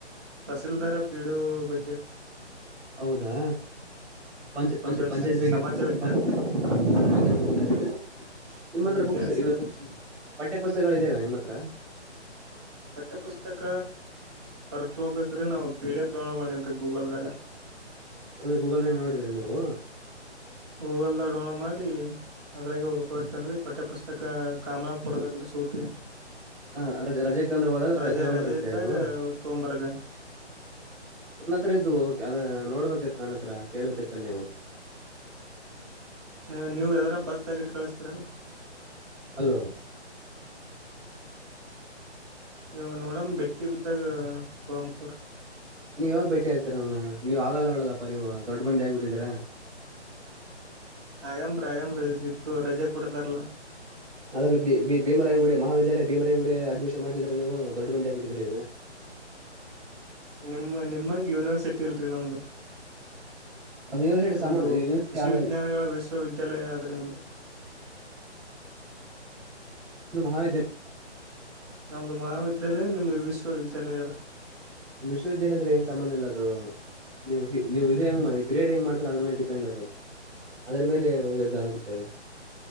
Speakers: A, on the right (about 25°); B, in the centre.
A: ತಹಸೀಲ್ದಾರ ಪಿ ಡಿ ಓ ಬಗ್ಗೆ
B: ಹೌದಾ ಪಂಚ್
A: ಸೋಷಿಯಲ್
B: ಪಂಚ್ ಪಂಚಾಯತಿ
A: ಸೈನ್ಸ್
B: ಬಗ್ಗೆ
A: ಸಮಾಜ ವಿಜ್ಞಾನ
B: ಪಂಚಾಯಿತಿ ಬಗ್ಗೆ ಓದ್ತಿರೇನ್ ನೀವು ನಿಮ್ಮ ಹತ್ರ
A: ಇತಿಹಾಸ
B: ಬುಕ್ಸ್ ಇದು ಬುಕ್ಸ್ ಪಠ್ಯ ಪುಸ್ತಕಗಳು ಇದವ ನಿಮ್ಮ ಹತ್ರ
A: ಪಠ್ಯ ಪುಸ್ತಕ ತರಿಸಿಗೋಬೇಕು ರೀ ನಾವು ಪಿ ಡಿ ಎಫ್ ಡೌನ್ಲೋಡ್ ಮಾಡೇನ್ ರೀ ಗೂಗಲ್ದಾಗ
B: ಅಂದ್ರೆ ಗೂಗಲ್ ನೋಡಿದ್ರ ನೀವು
A: ಗೂಗಲ್ದಾಗ ಡೌನ್ಲೋಡ್ ಮಾಡಿ ಅದ್ರಾಗೆ ಓದ್ಕೊಳತನ ರೀ ಪಠ್ಯ ಪುಸ್ತಕ ಕಾಮನ್ ಆಗಿ ಕೊಡದಿಲ್ಲಿ ರಿ ಸೂಟಿ
B: ಹ ರಜ ರಜೆಕಂದು ಹೋದಾಗ
A: ರಜೆ
B: ತಗೊಂಬರ್ಬತೀರ
A: ರಜೆ ಇದ್ದಾಗ
B: ನೀವು
A: ತೊಗೊಂಬರದೇನ್ರಿ
B: ನನ್ನ ಹತ್ರ ಇದು ಅದ ನೋಡ್ಬೇಕಿತ್ತು ನನ್ ಹತ್ರ ಕೇಳ್ ಬೇಕೇತ್ತಲ್ಲ ನೀವು
A: ಹ ನೀವು ಯಾವದರ ಬಸ್ ತಗಿಟ್ಟ ಕಳಸ್ತೀರ
B: ಹಲೋ
A: ನೀವು ನೋಡಮ್ಮ್ ಬಿಟ್ಟಿ ಬಿದ್ದಾಗ ತೊಗೊಳಂ ತೊಗೋರಿ
B: ನೀವು ಯಾವಾಗ ಭೇಟಿ ಆಗ್ತರ ನನ್ ನೀವ್ ಆಗಲ್ಲ ಹೇಳದಪ್ಪಾ ನೀವು ದೊಡ್ಡ ಮಂದಿ ಆಗ್ಬಿಟ್ಟಿದಿರ
A: ಅಗಂಬ್ರ ಆಗಂಬ್ರ ಇತ್ತು ರಜೆ ಕೊಡತಾರಲ್ಲಾ
B: ಅದ್ರಲ್ಲಿ ಬಿ ಬಿ ಭೀಮರಾಯಾಗುಡಿ ಮಹಾವಿದ್ಯಾಲಯ ಭೀಮರಾಯಗುಡಿ ಅಡ್ಮಿಷನ್ ಮಾಡಸಿದ್ರೆ ನೀವು ದೊಡ್ಡ ಮಂದಿ ಆಗ್ಬಿಟ್ಟಿದೀರಾ ಈಗ
A: ನಿಮ್ಮ ನಿಮ್ಮಂಗೆ ಯೂನಿವರ್ಸಿಟಿ ಇಲ್ರಿ ನಮ್ದು
B: ಅದು ಯೂನಿವರ್ಸಿಟಿ
A: ನಮ್ದ
B: ಸಾಮಾನ್ ಯೂನಿವರ್ಸಿಟಿ
A: ಕೃಷಿ
B: ಆಗ
A: ವಿಜ್ಞಾನಗಳ ವಿಶ್ವವಿದ್ಯಾಲಯ ಆದ್ರೆ ನಿಮ್ದು
B: ನಿಮ್ದು ಮಹಾವಿದ್ಯಾಲಯ
A: ನಮ್ದು ಮಹಾವಿದ್ಯಾಲಯ ನಿಮ್ದು ವಿಶ್ವವಿದ್ಯಾಲಯ ಆದ್ರೆ
B: ವಿಶ್ವವಿದ್ಯಾಲಯದಲ್ಲಿ ಏನ್ ಸಂಬಂಧ ಇಲ್ಲ ಅದು ನೀವು ನೀವು ಇದೆ ಹೆಂಗ ಮಾಡಿ ಗ್ರೇಡ್ ಹೆಂಗ್ ಮಾಡ್ ಅದ್ರ ಮೇಲೆ ಡಿಪೆಂಡ್ ಅದು ಅದ್ರ ಮೇಲೆ ಅದ ಆಗುತ್ತೆ ಅದು